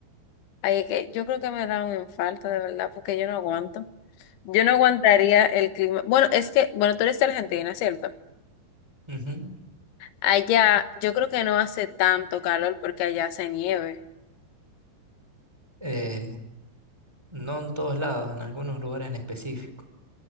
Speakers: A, on the left; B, in the centre.
A: ay, es que yo creo que me da un infarto de verdad, porque yo no aguanto. Yo no aguantaría el clima. Bueno, es que, bueno, tú eres de Argentina, ¿cierto?
B: Ujú.
A: Allá yo creo que no hace tanto calor porque allá hace nieve.
B: Eh, no en todos lados, en algunos lugares en específico,